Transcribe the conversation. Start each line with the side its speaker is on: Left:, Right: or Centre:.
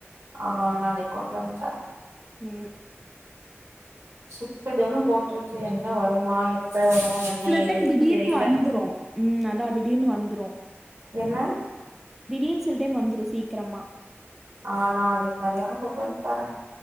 Right: ஆ நாளைக்கி கொண்டு வந்து தரே
Centre: ம்
Right: சிப்புதன்ன போட்ருக்கே என்ன வருமா எப்ப வரு என்ன
Centre: சில
Right: ஏது
Centre: டைம்
Right: எதுன்னு
Centre: திடீர்னு
Right: தெரியல
Centre: வந்துரு ம் அதா திடீரன்னு வந்துடு
Right: என்ன
Centre: திடீர்ன் சில டைம் வந்துரு சீக்கிரமா
Right: ஆ நாளைக்கி மதியானோ கொண்டு வந்து தரே